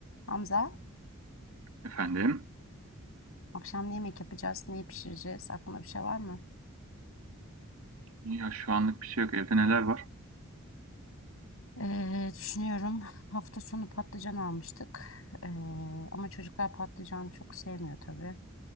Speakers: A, on the left (about 70°); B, on the right (about 80°).
A: Hamza,
B: Efendim?
A: akşam ne yemek yapacağız, neyi pişireceğiz? Aklında bir şey var mı?
B: Ya şu anlık bir şey yok. Evde neler var?
A: Ee, düşünüyorum. Hafta sonu patlıcan almıştık. Ee, ama çocuklar patlıcan çok sevmiyor tabii.